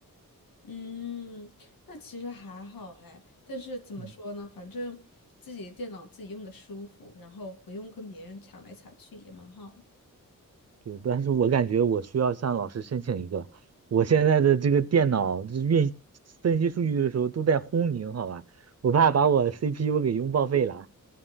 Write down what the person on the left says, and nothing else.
嗯，那其实还好哎，但是怎么说呢，
反正自己的电脑自己用的舒服，然后不用跟别人抢来抢去也蛮好的。